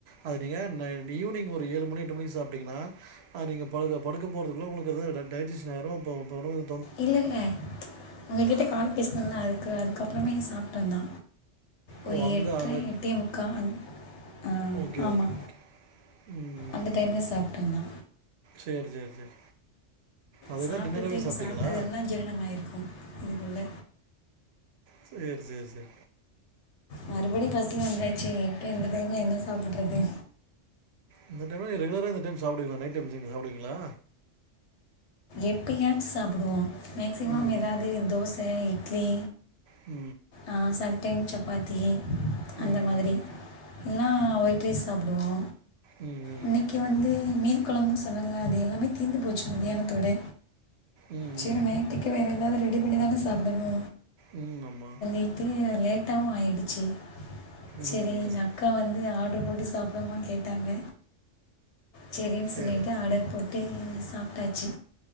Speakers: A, on the right; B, on the left.
A: அது நீங்க ந ஈவினிங் ஒரு ஏழு மணி எட்டு மணிக்கு சாப்ட்டீங்கன்னாங்க ஆ நீங்க படுக்க படுக்க போறதுக்குள்ள உங்களுக்கு அது ட டைஜெஷன் ஆயிரு அப்போ தொடர்ந்து
B: இல்ல இல்ல உங்ககிட்ட கால் பேசுன இல்ல அதுக்க அதுக்கப் பறமே சாப்ட்டந்தா ஒரு
A: ஓ! அந்த
B: எட்ர
A: அந்த
B: எட்டேமுக்கா அந் ஆ
A: ஓகே,
B: ஆமா
A: ஓகே, ஓகே. ம்
B: அந்த டைம்ல சாப்ட்ட நா
A: சேரி சேரி சேரி அதுதா
B: சாப்ட்டுட்டு
A: டின்னராவே
B: இப்ப
A: சாப்ட்டீங்களா
B: சாப்ட்டது எல்லா ஜீரணமாயிருக்கு அதுக்குள்ள
A: செரி செரி செரி
B: மறுபடி பசி வந்தாச்சு இப்ப இந்த டைம்ல என்ன சாப்டுறது
A: இந்த டைம்லா நீ ரெகுலரா இந்த டைம் சாப்டுவிங்களா நைட் டைம் <unintelligible> நீங்க சாப்டுவீங்களா
B: எப்பயாச்சு சாப்புடுவோ மேக்ஸிமம்
A: ம்
B: ஏதாது தோச இ ட்லி
A: உ
B: ஆ சம்டைம் சப்பாத்தி அந்த
A: ம்
B: மாதிரி இல்னா ஒயிட் ரைஸ் சாப்புடுவோ
A: ம் ம்
B: இன்னிக்கு வந்து மீன் கொலம்புனு சொன்னாங்க அது எல்லாமே தீந்து போச்சு மத்தியானத்தோட
A: ம் ம்
B: சில
A: ம்
B: நேத்திக்கு வேற ஏதாது ரெ ரெடி பண்ணி தான சாப்டணு
A: உ ஆமா
B: ட்டு லேட்டாவு ஆயிடுச்சு செரி
A: ம் ம்
B: இந்தக்கா வந்து ஆட் ரு போட்டு சாப்டுவமானு கேட்டாங்க செரின்னு
A: சேரி
B: சொல்லிட்டு ஆடர் போட் ட்டு சாப்ட்டாச்சு